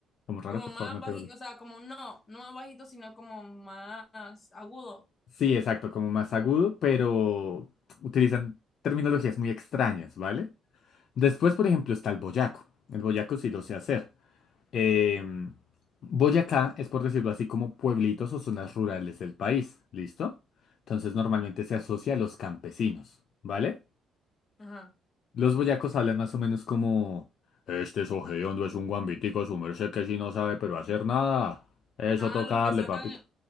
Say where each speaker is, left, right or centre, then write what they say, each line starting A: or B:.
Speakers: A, on the left; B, on the left.
A: como raro,
B: Como
A: por
B: más
A: favor, no
B: bajito,
A: te preocupes.
B: o sea, como no, no más bajito, sino como más agudo.
A: Sí, exacto, como más agudo, pero utilizan terminologías muy extrañas, ¿vale? Después, por ejemplo, está el boyaco. El boyaco sí lo sé hacer. Em, Boyacá es, por decirlo así, como pueblitos o zonas rurales del país, ¿listo? Entonces normalmente se asocia a los campesinos, ¿vale?
B: Ajá.
A: Los boyacos hablan más o menos como... Este ojediondo es un guambitico, su merced que si no sabe pero hacer nada. Eso
B: Ah,
A: toca
B: los
A: darle,
B: que sacan,
A: papita.